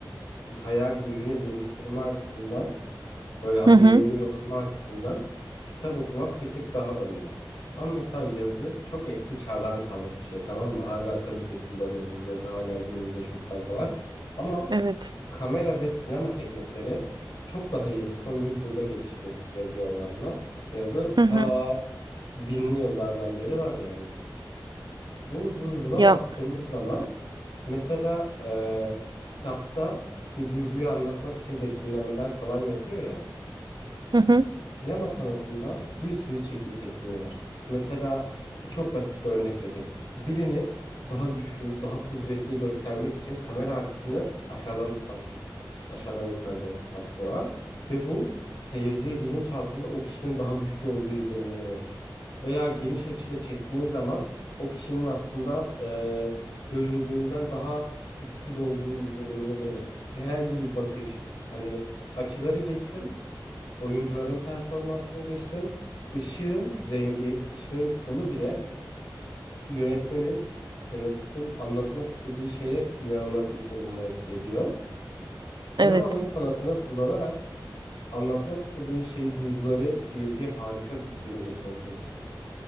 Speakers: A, on the left; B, on the right.
A: hayal gücünü geliştirme açısından Böyle ha-
B: Hı hı.
A: beynini yorma açısından kitap okumak bir tık daha önde. Ama mesela yazı çok eski çağdan kalma bir şey tamam mı? Hala tabii ki kullanıyoruz. Yazı hala günümüzde çok fazla var. Ama
B: Evet.
A: kamera ve sinema teknikleri çok daha yeni. Son yüzyılda gelişti yazıya oranla. Yazı
B: Hı
A: ta
B: hı.
A: binli yıllardan beri var yani. Bu, bu- buna
B: Ya.
A: baktığımız zaman mesela e, kitapta bir duyguyu anlatmak için betimlemeler falan yapıyor ya.
B: Hı hı.
A: Sinema sanatında bir sürü çekim tekniği var. Mesela çok basit bir örnek vereyim. Birini daha güçlü, daha kudretli göstermek için kamera açısını aşağıdan tutarsın. Aşağıdan yukarı doğru tutarsın ona. Ve bu seyirciye bilinçaltında o kişinin daha güçlü olduğu izlenimini verir. Veya geniş açıyla çektiğin zaman o kişinin aslında e, göründüğünden daha güçsüz olduğu izlenimini verir. Herhangi bir bakış, hani açıları geçtim. Oyuncuların performansını geçtim. Işığın rengi, ışığın tonu bile s- yönetmenin, senaristin anlatmak istediği şeye inanılmaz i- olumlu etki ediyor. Sinemanın
B: Evet.
A: sanatını kullanarak anlatmak istediğin şeyi, duyguları seyirciye harika bir biçimde geçirebiliyorsun.